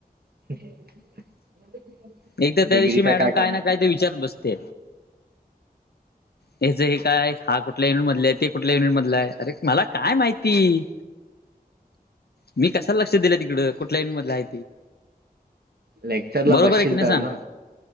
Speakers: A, on the right; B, on the left.
A: <inaudible>
B: एक तर त्या
A: डिग्रीचा
B: दिवशी मॅडम काय
A: काम?
B: ना काय ते विच चात बसते, याचे हे काय? हा कुठल्या युनिट मधल्या ये ते. कुठल्या युनिट मधला? अरे मला काय माहिती, मी कशाला लक्ष <unintelligible> दिले तिकड कुटल्याही युनिट मधला हाय.
A: लेक्चर ला
B: बरोबर
A: बसशील.
B: आहे की सांग,
A: तर ना.